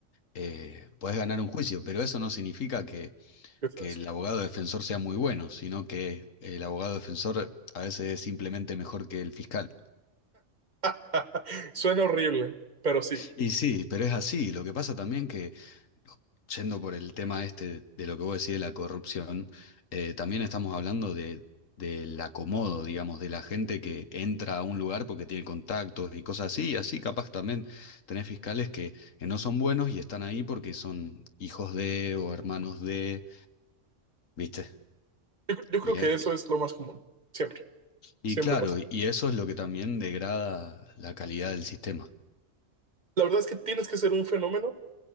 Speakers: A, on the left; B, on the right.
A: eh, podés ganar un juicio, pero eso no significa que
B: O sea,
A: que el abogado defensor sea muy bueno, sino que el abogado defensor a veces es simplemente mejor que el fiscal.
B: <laughs> Suena horrible, pero sí.
A: Y sí, pero es así. Lo que pasa también que, yendo por el tema este de lo que vos decís de la corrupción, eh, también estamos hablando de, del acomodo, digamos, de la gente que entra a un lugar porque tiene contactos y cosas así, y así capaz también tenés fiscales que, que no son buenos y están ahí porque son hijos de o hermanos de, ¿viste?
B: Yo, yo
A: Y,
B: creo que
A: eh,
B: eso es lo más común, siempre.
A: Y
B: Siempre
A: claro,
B: pasa.
A: y eso es lo que también degrada la calidad del sistema.
B: La verdad es que tienes que ser un fenómeno,